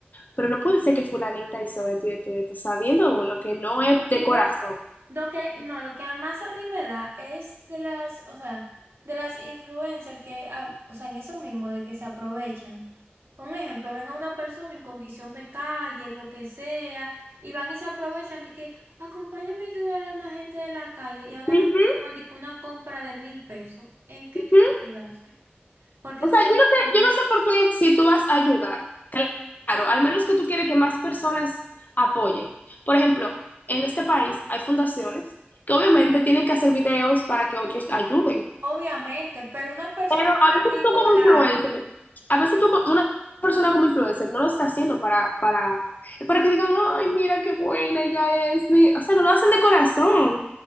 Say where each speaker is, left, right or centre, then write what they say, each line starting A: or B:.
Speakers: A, on the left; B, on the right.
A: pero no puede ser que fulanita hizo esto y esto y esto, sabiendo uno que no es de
B: Yo
A: corazón.
B: Lo que, no, lo que más a mí me da es de las, o sea, de las influencers que, ah, o sea, en eso mismo, de que se aprovechan. Un ejemplo, ven a una persona en condición de calle, lo que sea, y van y se aprovechan de que, acompáñame a ayudar a una gente de la calle y agarran
A: Ujú,
B: que llevan de que una compra de mil pesos. ¿En qué
A: ujú.
B: tú la ayudaste? Porque
A: O
B: eso
A: sea,
B: se
A: yo
B: lo
A: no
B: va a
A: sé,
B: comer.
A: yo no sé por qué si tú vas a ayudar, claro, al menos que tú quieres que más personas apoyen. Por ejemplo, en este país hay fundaciones que obviamente tienen que hacer videos para que otros ayuden.
B: Obviamente, pero una persona
A: Pero
B: en
A: a
B: particular,
A: veces tú como influencer, a veces tú, co- una persona como influencer no lo está haciendo para, para, para que digan, ay, mira qué buena ella es. mi-". O sea, no lo hacen de corazón.